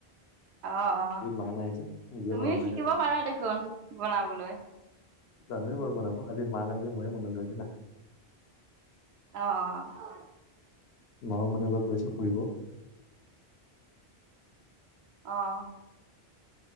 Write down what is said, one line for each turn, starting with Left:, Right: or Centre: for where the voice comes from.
Right: অ', -অ',
Left: মা নাই যে নিজে
Right: তুমিও
Left: বনালো
Right: শিকিব
Left: সেইকাৰণে
Right: পাৰা দেখোন, বনাবলৈ',
Left: জানোৱে বাৰু বনাব, আজি মা নাইকিয়া মোয়ে বনালোঁ এইবিলাক',
Right: অহ',
Left: মা মানে অলপ গৈছে ফুৰিব',
Right: অহ',